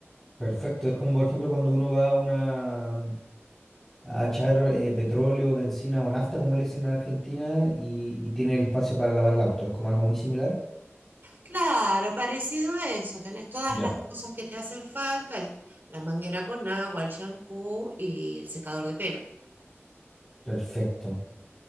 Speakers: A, in the centre; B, on the right.
A: Perfecto. Es como, por ejemplo, cuando uno va a una a echar eh, petróleo, benzina o nafta, como le dicen en Argentina, y, y tiene el espacio para lavar el auto. Es como algo muy similar.
B: Claro, parecido a eso, tenés todas
A: Ya.
B: las cosas que te hacen falta, el- la manguera con agua, el shampoo y el secador de pelo.
A: Perfecto.